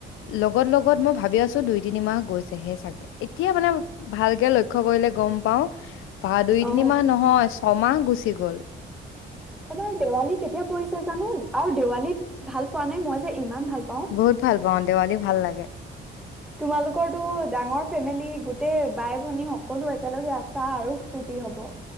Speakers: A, on the left; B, in the centre.
A: লগত, লগত মই ভাবি আছোঁ দুই তিনিমাহ গৈছি তেহে চাগে। এতিয়া মানে, ভালকে লক্ষ্য কৰিলে গ'ম পাওঁ বা, দুই
B: অ
A: তিনি মাহ নহয়, চ ছমাহ গুচি গ'ল।
B: এবাৰ দেৱালী কেতিয়া পৰিছে জানো? আৰু দেৱালীত ভাল পোৱা নে? মই যে, ইমান ভাল পাওঁ।
A: বহুত ভাল পাওঁ দেৱালী ভাল লাগে
B: তোমালোকৰটো ডাঙৰ ফেমিলি গোটেই বাই ভনী সকলো একেলগে আছা আৰু ফূুৰ্তি হব